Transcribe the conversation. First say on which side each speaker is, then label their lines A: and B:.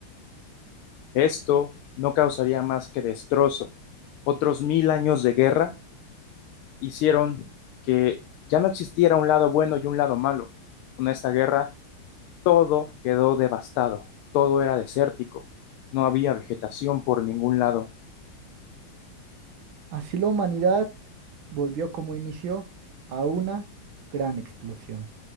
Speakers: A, on the left; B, on the right.
A: Esto no causaría más que destrozo. Otros mil años de guerra hicieron que ya no existiera un lado bueno y un lado malo. Con esta guerra todo quedó devastado, todo era desértico, no había vegetación por ningún lado.
B: Así la humanidad volvió como inició a una gran explosión.